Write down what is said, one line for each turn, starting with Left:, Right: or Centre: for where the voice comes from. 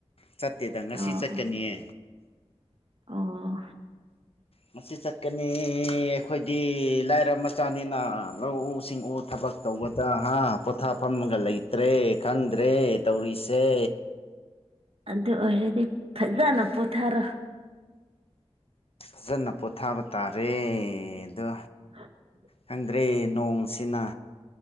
Left: ꯆꯠꯇꯦꯗ ꯉꯁꯤ
Right: ꯑꯣ
Left: ꯆꯠꯀꯅꯤꯌꯦ
Right: ꯑꯣ
Left: ꯉꯁꯤ ꯆꯠꯀꯅꯤ ꯑꯩꯈꯣꯏꯗꯤ ꯂꯥꯏꯔ ꯃꯆꯥꯅꯤꯅ ꯂꯧꯎꯁꯤꯡꯎ ꯊꯕꯛ ꯇꯧꯕꯗ ꯍꯥ ꯄꯣꯊꯥꯐꯝꯒ ꯂꯩꯇ꯭ꯔꯦ ꯈꯪꯗ꯭ꯔꯦ ꯇꯧꯔꯤꯁꯦ
Right: ꯑꯗꯨ ꯑꯣꯏꯔꯗꯤ ꯐꯖꯅ ꯄꯣꯊꯔꯣ
Left: ꯐꯖꯅ ꯄꯣꯊꯥꯕ ꯇꯥꯔꯦꯗꯣ
Right: ꯎ <unintelligible>
Left: ꯈꯪꯗ꯭ꯔꯦ ꯅꯣꯡꯁꯤꯅ